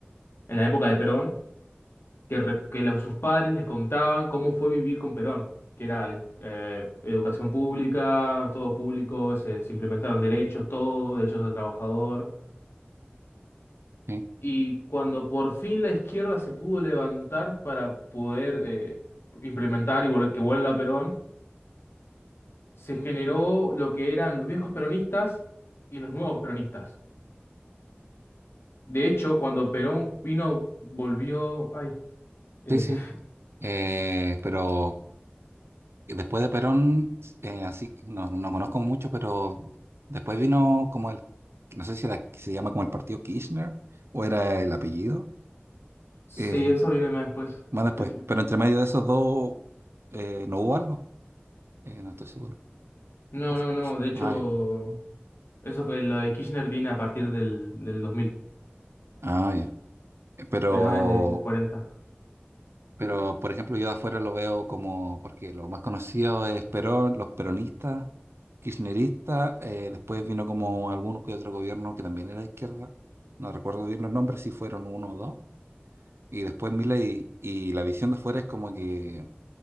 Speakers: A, on the left (about 70°); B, on the right (about 85°).
A: en la época de Perón, que, re- que los- sus padres les contaban cómo fue vivir con Perón, que era eh, educación pública, todo público, se, se implementaron derechos, todo, derechos del trabajador.
B: sí,
A: Y cuando por fin la izquierda se pudo levantar para poder eh, implementar y volver que vuelva Perón, se generó lo que eran los viejos peronistas y los nuevos peronistas. De hecho, cuando Perón vino, volvió. Ay, eh,
B: sí, sí, Eh, pero después de Perón, eh, así, no, no conozco mucho, pero después vino como el, no sé si era, se llama como el partido Kirchner o era el apellido,
A: <laughs> sí,
B: eh,
A: eso viene más después.
B: más después.
A: Sí, sí.
B: Pero entre medio de esos dos eh, no hubo algo, Eh, no estoy seguro.
A: No,
B: O fu-
A: no, no.
B: fu-
A: De hecho,
B: ah, ya.
A: eso fue lo de Kirchner viene a partir del, del dos mil
B: Ah, ya. Eh, Pero
A: Perón es de cuarenta
B: Pero, por ejemplo, yo de afuera lo veo como, porque lo más conocido es Perón, los peronistas, kirchneristas, eh, después vino como alguno que otro gobierno que también era de izquierda, no recuerdo bien los nombres, si fueron uno o dos, y después Milei, y la visión de afuera es como que